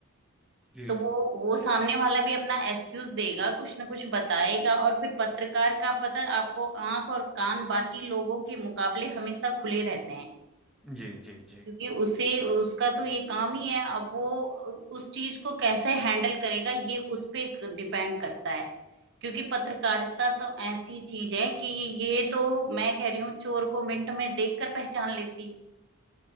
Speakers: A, in the centre; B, on the right.
A: जी
B: तो वो वो सामने वाला भी अपना एक्सक्यूज देगा कुछ ना कुछ बताएगा और फिर पत्रकार का पता है आपको आंख और कान बाकी लोगों के मुकाबले हमेशा खुले रहते हैं
A: जी जी जी
B: क्योंकि उसे उसका तो ये काम ही है अब वो उस चीज को कैसे हैंडल करेगा ये उस पे डिपेंड करता है क्योंकि पत्रकारिता तो ऐसी चीज है कि ये तो मैं कह रही हूँ चोर को मिनट में देखकर पहचान लेती है